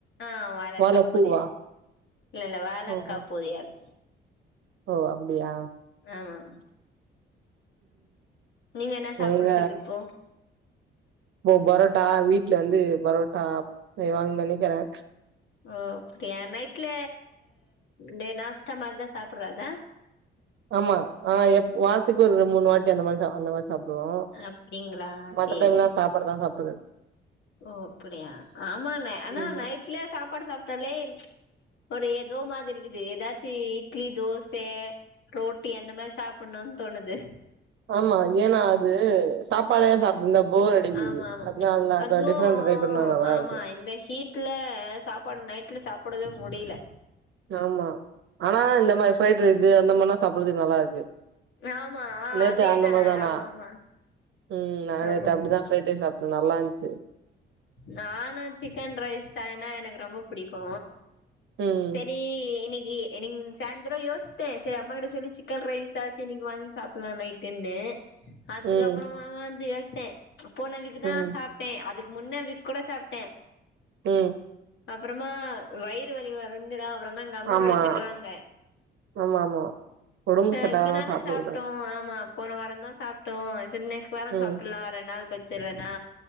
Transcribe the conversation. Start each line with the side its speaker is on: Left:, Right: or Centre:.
Left: ஆ வாழக்கா
Right: வாழப்பூவா?
Left: பொரியல் இல்லல்ல வாழக்கா
Right: ஓஹோ!
Left: பொரியல்
Right: ஓ அப்டியா
Left: ஆம் நீங்க என்ன சாப்புட்றதுக்கு
Right: ஒங்க
Left: இப்போ
Right: இப்போ பரோட்டா வீட்ல வந்து பரோட்டா செய்வாங்கனு நெனக்கிறே
Left: ஓ அப்டியா நைட்ல டே நாஸ்டா மாரிதா சாப்றதா
Right: ஆமா ஆ எப் வார்த்துக்கு ஒரு மூனு வாட்டி அந்த மாரி சாப் அந்த மாரி சாப்பிடுவோ
Left: அப்டிங்களா
Right: மத்த
Left: சேரிங்க
Right: டைம்லா சாப்பாடுதா சாப்புறது
Left: ஓ அப்டியா ஆமா ந ஆனா
Right: ம்.
Left: நைட்ல சாப்பாடு சாப்ட்டாலே ஒரு ஏதோ மாதிரி இக்குது ஏதாச்சு இட்லி தோச ரோட்டி அந்த மாரி சாப்புனு தோணுது
Right: ஆமா ஏனா அது சாப் பாட சாப்ட்டு இருந்தா போர் அடிக்குது
Left: ஆமா ஆமா
Right: அதுனால தா
Left: அதுவு
Right: கொஞ்சோ டிஃப்ரெண்ட் டிரை பண்ணா நல்லா
Left: ஆமா
Right: இருக்கு
Left: இந்த ஹீட் ல சாப்பாடு நைட்ல சாப்டவே முடில
Right: ஆமா ஆனா இந்த மாரி ஃப்ரைட் ரைஸு அந்த மார்னா சாப்புறதுக்கு நல்லா இருக்கு
Left: ஆமா ஆ
Right: நேத்து
Left: அதேதா
Right: அந்த மாரிதானா
Left: ஆமா ஆமா
Right: ம் நா நேத்து
Left: ஆமா
Right: அப்டிதா ஃப்ரைட் ரைஸ் சாப்ட்டே நல்லா இருன்ச்சு
Left: நானு சிக்கன் ரைஸ் ஆனா எனக்கு ரொம்ப புடிக்கு
Right: ம்
Left: செரி இன்னிக்கி இன்னிக்கு சாய்ந்ரோ யோச்சே செரி அம்மா கிட்ட சொல்லி சிக்கன் ரைஸாச்சு இன்னைக்கு வாங்கி சாப்புலா நைட்டுன்னு அதுக்கப்றமா
Right: ம்
Left: வந்து யோச்சே போன வீக்தா
Right: ம்
Left: சாப்ட்டே அதுக் கு முன்ன வீக் கூட சாப்ட்டே
Right: ம்
Left: அப்றமா வயிறு வலி வருன்டு தா அப்றமா எங்க அம்மா
Right: ஆமா
Left: வேற திட்டுவாங்க
Right: ஆமா ஆமா ஒடம்பு
Left: ச
Right: செட்டாகாதா
Left: இப்பதானே
Right: சாப்ட
Left: சாப்ட்டோ
Right: கூடாது
Left: ஆமா ஆம் போன வாரோ தா சாப்ட்டோ செரி நெக்ஸ்ட் வாரோ
Right: ம்
Left: சாப்புலா ரெண்டு நாள் கழுச்சு இல்லன்னா